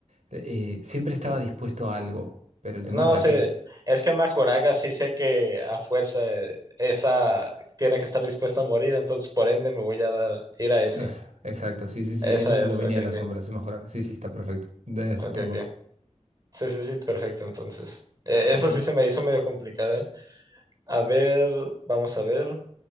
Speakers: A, on the right; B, on the right.
A: eh, siempre estaba
B: mm,
A: dispuesto a algo. Pero el tema
B: No,
A: es a
B: sé,
A: qué.
B: Es que Majoraga sí sé que a fuerza eh, esa tiene que estar dispuesta a morir, entonces por ende me voy a dar, ir a esa.
A: Ex- Exacto, sí, sí, sí.
B: Esa
A: Ese es
B: es,
A: el dominio
B: ok,
A: de la
B: ok.
A: sombra, se mejora. Sí, sí, está perfecto. Debe aceptar
B: Ok, ok.
A: morir.
B: Sí, sí, sí, perfecto, entonces. Eh,
A: Ok.
B: Esa sí se me hizo medio complicada, ¿eh? A ver, vamos a ver.